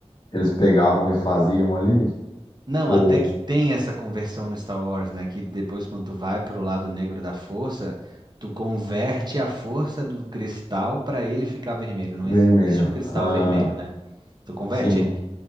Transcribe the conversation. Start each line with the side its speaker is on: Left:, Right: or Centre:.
Left: eles pegavam e faziam ali?
Right: não,
Left: Ou
Right: até que tem essa conversão no Star Wars, né, que depois quando tu vai pro lado negro da força, tu converte a força do cristal pra ele ficar vermelho. Não
Left: vermelho?
Right: existe um cristal
Left: Ah,
Right: vermelho, né? Tu converte
Left: sim.
Right: ele.